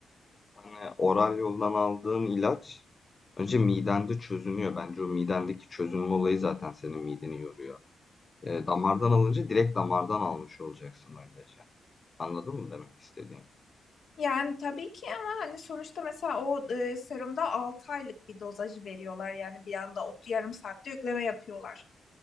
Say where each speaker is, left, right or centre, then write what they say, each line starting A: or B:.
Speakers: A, on the left (about 35°); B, on the left (about 65°).
A: Hani oral yoldan aldığın ilaç önce midende çözünüyor. Bence o midendeki çözünme olayı zaten senin mideni yoruyor. E, damardan alınca direkt damardan almış olacaksın o ilacı. Anladın mı demek istediğim?
B: Yani tabii ki ama hani sonuçta mesela o e, serumda 6 aylık bir dozajı veriyorlar. Yani bir anda o yarım saatte yükleme yapıyorlar.